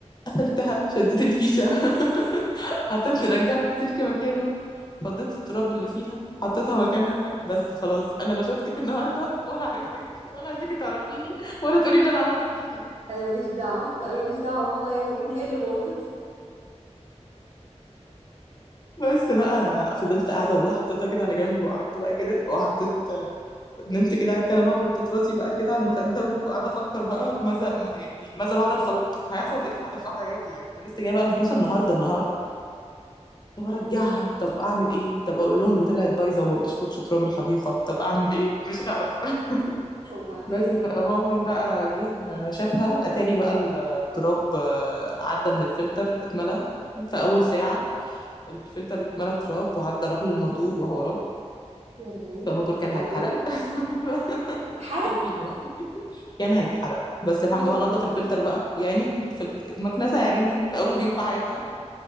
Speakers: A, on the left; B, on the right.
A: قفلتها شديت الفيشه <laughs> حطيت رجعت السلك مكانه فضيت التراب اللي فيها حطيتها مكانها بس خلاص انا لا شفتك النهارده ولا عرفتك ولا عايزاكي تعرفيني ولا تقولي ان انا عملت فيكي حاجه
B: انا ماليش دعوه انا ماليش دعوه والله يا مؤمن هي اللي باظت
A: بس بقى فضلت قاعده والله حطيتها كده على جنب وقعدت بقى كده وحطيت نمت كده على الكنبه وحطيت راسي بقى كده على المخده وقاعده افكر بقى ماذا يعني ماذا بعد الخلق هيحصل ايه في في حياتي يعني لسه جايه بقى المكنسه النهارده النهارده طب ارجعها طب اعمل ايه طب اقول لهم دي طلعت بايظه وما بتشفطش تراب الحديقه طب اعمل ايه مش عارفه <laughs>
B: وبعدين
A: بس فمؤمن بقى جه شافها اتاري بقى التراب آه، عدى من الفلتر اتملى في اول ساعه الفلتر اتملى تراب وعدى راح للموتور وحوارات
B: يا لهوي
A: فالموتور كان
B: الدرجه
A: هيتحرق
B: دي
A: <laughs>
B: اتحرق
A: والله كان هيتحرق بس الحمد
B: اه
A: لله هو نضف الفلتر بقى يعني فلت- المكنسه يا عيني في اول يوم في حياتها